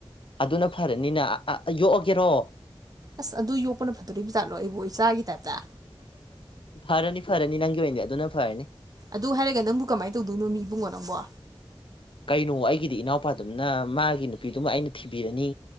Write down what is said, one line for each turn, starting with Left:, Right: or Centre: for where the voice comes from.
Left: ꯑꯗꯨꯅ ꯐꯔꯅꯤꯅ ꯌꯣꯛꯑꯒꯦꯔꯣ
Right: ꯑꯁ ꯑꯗꯨ ꯌꯣꯛꯄꯅ ꯐꯠꯇꯣꯔꯤꯕ ꯖꯥꯠꯂꯣ ꯑꯩꯕꯨ ꯏꯆꯥꯒꯤ ꯇꯥꯏꯞꯇ
Left: ꯐꯔꯅꯤ ꯐꯔꯅꯤ ꯅꯪꯒꯤ ꯑꯣꯏꯅꯗꯤ ꯑꯗꯨꯅ ꯐꯔꯅꯤ
Right: ꯑꯗꯨ ꯍꯥꯏꯔꯒ ꯅꯪꯕꯨ ꯀꯃꯥꯏꯅ ꯇꯧꯗꯣꯏꯅꯣ ꯃꯤꯕꯨꯡꯉꯣ ꯅꯪꯕ
Left: ꯀꯩꯅꯣ ꯑꯩꯒꯤꯗꯤ ꯏꯅꯥꯎꯄꯥꯗꯨꯝꯅ ꯃꯥꯒꯤ ꯅꯨꯄꯤꯗꯨꯃ ꯑꯩꯅ ꯊꯤꯕꯤꯔꯅꯤ